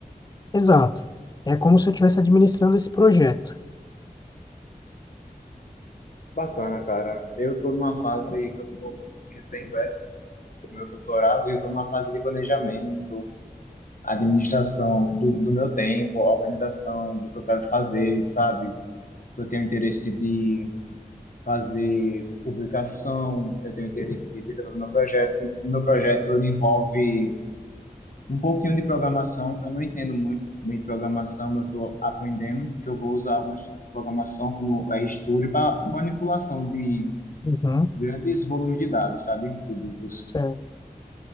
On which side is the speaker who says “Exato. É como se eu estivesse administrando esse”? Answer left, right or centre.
Left